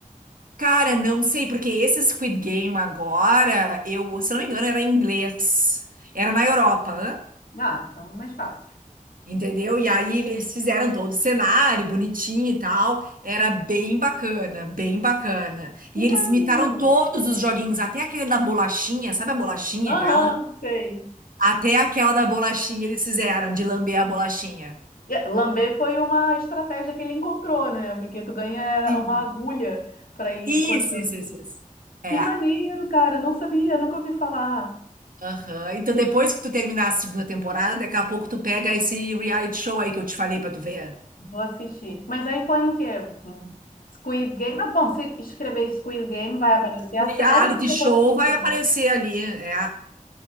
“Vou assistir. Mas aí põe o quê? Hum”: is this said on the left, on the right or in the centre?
Left